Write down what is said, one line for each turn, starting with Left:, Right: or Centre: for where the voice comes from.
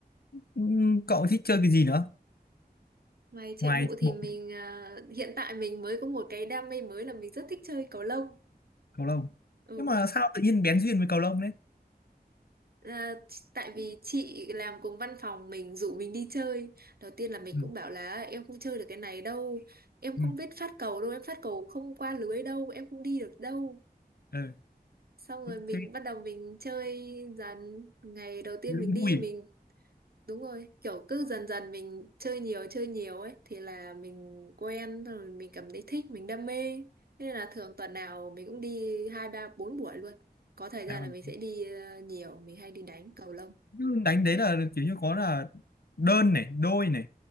Left: ừ, cậu thích chơi cái gì nữa
Right: Ngoài chạy
Left: ngoài
Right: bộ thì
Left: bộ
Right: mình à, hiện tại mình mới có một cái đam mê mới là mình rất thích chơi cầu lông.
Left: cầu lông
Right: Ừ.
Left: nhưng mà sao tự nhiên bén duyên với cầu lông đấy
Right: À, ch- tại vì chị làm cùng văn phòng mình rủ mình đi chơi. Đầu tiên là mình
Left: ừ,
Right: cũng bảo là em không chơi được cái này đâu, em
Left: ừ,
Right: không biết phát cầu đâu, em phát cầu không qua lưới đâu, em không đi được đâu.
Left: ừ.
Right: Xong rồi mình
Left: thế
Right: bắt đầu mình chơi dần. Ngày đầu tiên
Left: thế
Right: mình
Left: cũng
Right: đi
Left: vui
Right: mình Đúng rồi, kiểu cứ dần dần mình chơi nhiều chơi nhiều ấy thì là mình quen rồi mình cảm thấy thích, mình đam mê. Thế nên là thường tuần nào mình cũng đi hai ba bốn buổi luôn. Có thời gian
Left: à, mà
Right: là mình sẽ đi ờ, nhiều, mình hay đi đánh cầu lông.
Left: cứ đánh đấy là kiểu như có là đơn này đôi này